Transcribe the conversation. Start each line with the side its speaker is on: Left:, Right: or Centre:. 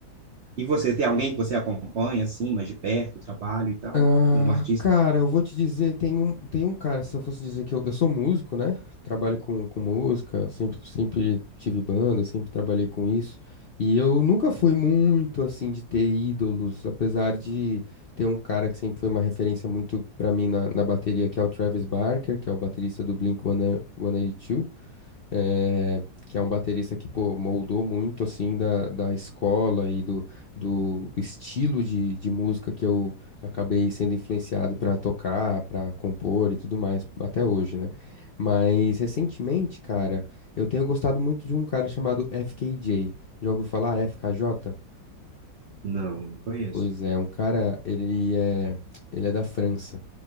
Right: E você tem alguém que você acompanha, assim, mais de perto, o trabalho e tal?
Left: Ah,
Right: Um artista?
Left: cara, eu vou te dizer, tem um, tem um cara, se eu fosse dizer que eu, eu sou músico, né? Trabalho com, com música, sempre, sempre tive banda, sempre trabalhei com isso. E eu nunca fui muito assim de ter ídolos, apesar de ter um cara que sempre foi uma referência muito pra mim na, na bateria, que é o Travis Barker, que é o baterista do Blink-182 eh, que é um baterista que, pô, moldou muito, assim, da, da escola e do, do estilo de, de música que eu acabei sendo influenciado pra tocar, pra compor e tudo mais, até hoje, né? Mas, recentemente, cara, eu tenho gostado muito de um cara chamado FKJ. Já ouviu falar FKJ?
Right: Não, não conheço.
Left: Pois é, um cara, ele é, ele é da França.